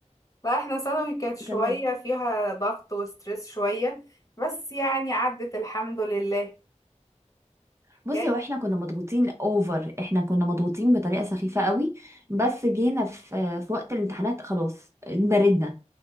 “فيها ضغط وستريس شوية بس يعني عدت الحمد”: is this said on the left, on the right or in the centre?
Left